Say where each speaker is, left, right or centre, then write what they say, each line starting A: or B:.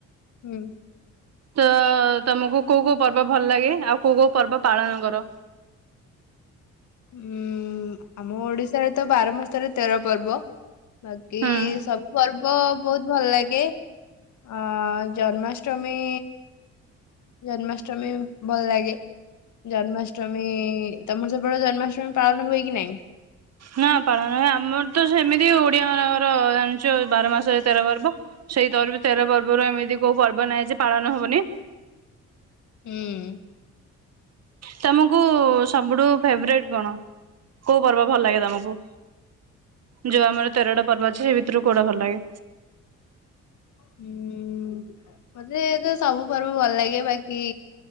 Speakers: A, on the left; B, on the right.
A: ହୁଁ।
B: ତ ତମକୁ କୋଉ କୋଉ ପର୍ବ ଭଲ ଲାଗେ ଆଉ କୋଉ କୋଉ ପର୍ବ ପାଳନ କର?
A: ଉୁଁ ଆମ ଓଡିଶାରେ ତ ବାର ମାସରେ ତେର ପର୍ବ ବାକି
B: ହୁଁ।
A: ସବୁ ପର୍ବ ବହୁତ ଭଲ ଲାଗେ। ଅ ଜନ୍ମାଷ୍ଟମୀ ଜନ୍ମାଷ୍ଟମୀ ଭଲ ଲାଗେ। ଜନ୍ମାଷ୍ଟମୀ ତମର ସବୁବେଳେ ଜନ୍ମାଷ୍ଟମୀ ପାଳନ ହୁଏ କି ନାଇଁ?
B: ନା ପାଳନ ହୁଏ ଆମର ତ ସେମିତି ଓଡିଆ ମାନଙ୍କର ଜାଣିଛ ବାର ମାସରେ ତେର ପର୍ବ। ସେଇ ତର ତେର ପର୍ବରୁ ଏମିତି କୋଉ ପର୍ବ ନାହିଁ ଯେ ପାଳନ ହବନି।
A: ହୁଁ।
B: ତମକୁ ସବୁଠୁ ଫେବରଟ କଣ କୋଉ ପର୍ବ ଭଲ ଲାଗେ ତମକୁ? ଯୋଉ ଆମର ତେରଟା ପର୍ବ ଅଛି ସେ ଭିତରୁ କୋଉଟା ଭଲ ଲାଗେ?
A: ହୁଁ, ମତେ ତ ସବୁ ପର୍ବ ଭଲ ଲାଗେ ବାକି